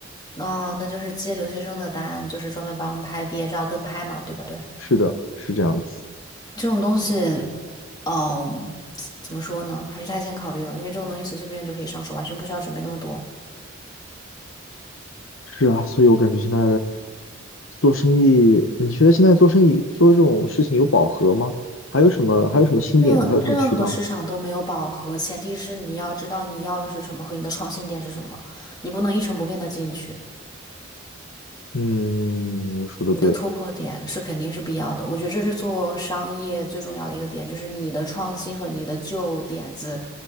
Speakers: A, on the left (about 20°); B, on the left (about 80°).
A: 哦，那就是接留学生的单，就是专门帮拍毕业照跟拍嘛，对不对，
B: 是的，是这样子。
A: 这种东西，嗯，怎么说呢？还是太先考虑了，因为这种东西随随便便就可以上手，完全不需要准备那么多。
B: 是啊，所以我感觉现在做生意，你觉得现在做生意做这种事情有饱和吗？还有什么还有什么新点子？
A: 任任何市场都没有饱和，
B: 还有什么渠道？
A: 前提是你要知道你要的是什么和你的创新点是什么，你不能一成不变的进去。
B: 嗯，说的对，
A: 你的突破点是肯定是必要的，我觉得这是做商业最重要的一个点，就是你的创新和你的旧点子